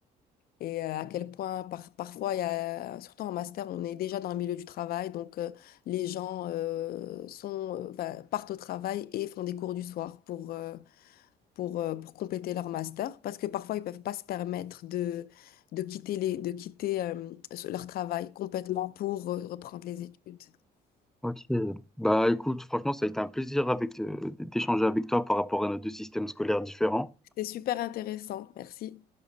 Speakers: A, on the left; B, in the centre.
A: et euh, à quel point par- parfois, il y a, surtout en master, on est déjà dans le milieu du travail, donc euh, les gens euh, sont, euh, enfin, partent au travail et font des cours du soir pour, euh, pour, euh, pour compléter leur master, parce que parfois, ils peuvent pas se permettre de, de quitter les, de quitter euh, leur travail complètement pour euh, reprendre les études.
B: Ok. Bah écoute, franchement, ça a été un plaisir avec euh, d'échanger avec toi par rapport à nos deux systèmes scolaires différents.
A: C'était super intéressant, merci.